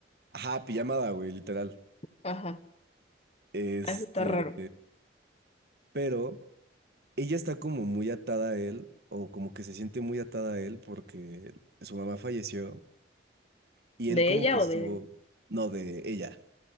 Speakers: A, on the right (about 55°); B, on the left (about 35°).
A: Ajá, pijamada, güey, literal.
B: Ajá.
A: Este,
B: Eso está raro.
A: pero ella está como muy atada a él, o como que se siente muy atada a él porque su mamá falleció y
B: ¿De
A: él como
B: ella
A: que estuvo,
B: o de él?
A: no, de ella.